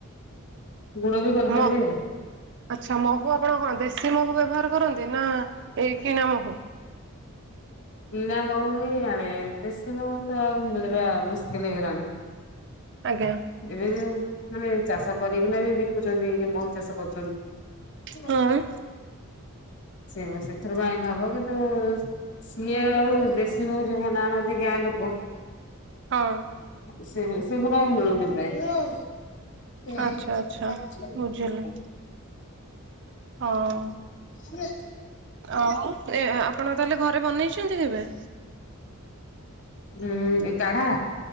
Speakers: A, on the left; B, on the right.
A: ଗୁଡ ବି କରିପାରିବେ
B: ମ ଆଚ୍ଛା ମହୁ ଆପଣ କଣ ଦେଶୀ ମହୁ ବ୍ୟବହାର କରନ୍ତି, ନା ଏଇ କିଣା ମହୁ?
A: କିଣା ମହୁ ହି ଆଣେ ଦେଶୀ ମହୁ ତ ଆଉ ମିଳିବା ମୁସ୍କିଲ ହେଇଗଲାଣି।
B: ଆଜ୍ଞା
A: ଏବେ ଯୋଉ ମାନେ ଚାଷ କରିକିନା ବି ବିକୁଛନ୍ତି ଯ ମହୁ ଚାଷ କରୁଛନ୍ତି। ହୁଁ।
B: ହଁ
A: ସେ ସେଥିରୁ ପାଇଁ ହବ କିନ୍ତୁ ସିଏ ଆଉ ଦେଶୀ ମଉ ଯୋଉମାନେ ଆଣହାନ୍ତି ଗାଁ ଲୋକ। ହୁଁ।
B: ହଁ।
A: ସେ ସେଗଡ଼ା ମିଳୁନି ପ୍ରୟ। ନାଇ
B: ଆଚ୍ଛା ଆଚ୍ଛା
A: <unintelligible>
B: ବୁଝିଲି। ହଁ।
A: ହୁଁ।
B: ଆଉ ଆପଣ ତାହେଲେ ଘରେ ବନେଇଛନ୍ତି କେବେ?
A: ହୁଁ ଏ କାଢା